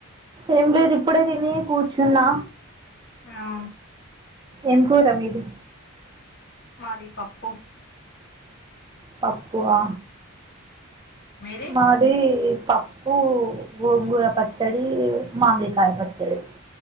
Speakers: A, on the right; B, on the left.
A: ఏంలేదు ఇప్పుడే తిని కూర్చున్నా.
B: ఆ
A: ఏంకూర మీది.
B: మాది పప్పు
A: పప్పు ఆ
B: మీది
A: మాద్ ది పప్పు, గోంగూర పచ్చడి, మామిడికాయ పచ్చడి.